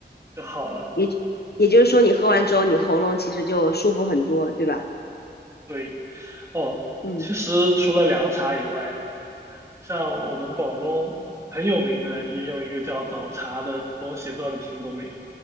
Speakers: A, on the right (about 15°); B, on the left (about 60°).
A: 就好了。
B: 也也就是说，你喝完之后，你喉咙其实就舒服很多，对吧？
A: 对，哦，
B: 嗯，
A: 其实除了凉茶以外。像我们广东很有名的，也有一个叫早茶的东西，不知道你听过没有？